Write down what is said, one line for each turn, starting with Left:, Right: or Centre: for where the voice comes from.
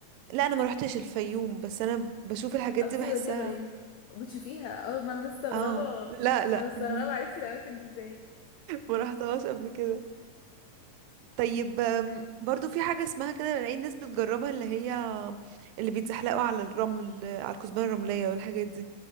Right: لا انا ما روحتش الفيوم بس انا بشوف الحاجات
Left: قصدي
Right: دي بحسها
Left: وادي الريان بتشوفيها اه ما انا مستغربة
Right: اه لا لا
Left: ما انا مستغربة
Right: <laughs>
Left: عرفتي الأماكن دي ازاي
Right: ما رحتهاش قبل كده طيب آم، برضو في حاجة اسمها كده بلاقي الناس بتجربها اللي هي اللي بيتزحلقوا على الرمل على الكثبان الرملية والحاجات دي